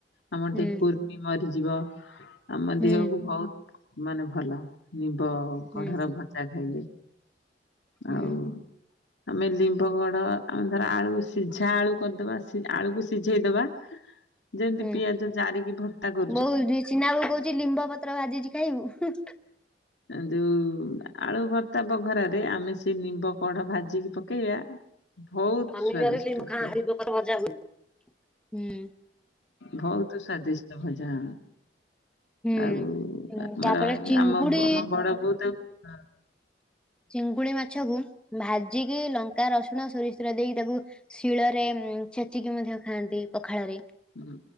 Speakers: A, on the left (about 90°); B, in the centre.
A: ଆମଠି
B: ହୁଁ
A: କୁର୍ମି ମରିଯିବ ଆମ
B: ହୁଁ
A: ଦେହକୁ ବହୁତ ମାନେ ଭଲ ନିମ୍ବ କଢାର
B: ହୁଁ
A: ଭଜା ଖାଇଲେ
B: ହୁଁ
A: ଆଉ ଆମେ ଲିମ୍ବ କଢ଼ ଆମେ ଧର ଆଳୁ ସିଝା ଆଳୁ କରିଦବା ସ ଆଳୁକୁ ସିଝେଇଦବା ଯେମିତି
B: ହୁଁ
A: ପିଆଜ ଜାରିକି ଭର୍ତ୍ତା କରୁ
B: ବଉ ରିଚିହ୍ନା ବହୁ କହୁଛି ଲିମ୍ବ ପତ୍ର ଭାଜିଛି ଖାଇବୁ
A: ଯୋଉ ଆଳୁ ଭର୍ତ୍ତା ବଘରରେ ଆମେ ସେ ନିମ୍ବ କଢ ଭାଜିକି ପକେଇବା ବହୁତ
B: ଶନିବାରିଲି
A: ସ୍ଵାଦିଷ୍ଟ
B: ଖାଁିବକାର
A: ପୁରା।
B: ମଜାଁଁ <inaudible>
A: ବହୁତ ସ୍ଵାଦିଷ୍ଟ ଭଜା
B: ହୁଁ
A: ଆଉ
B: ଉଁ,
A: ଆମର
B: ତାପରେ ଚିଙ୍ଗୁଡି
A: ଆମ ଆମ ବଡ ବୋଉ ତାକୁ
B: ଚିଙ୍ଗୁଡ଼ି ମା ମାଛକୁ ଭାଜିକି ଲଙ୍କା ରସୁଣ ସୋରିଷ ତେଲ ଦେଇକି ତାକୁ ଶିଳରେ ଛେଚିକି ମଧ୍ୟ ଖାଆନ୍ତି ପଖାଳ ରେ
A: ହୁଁ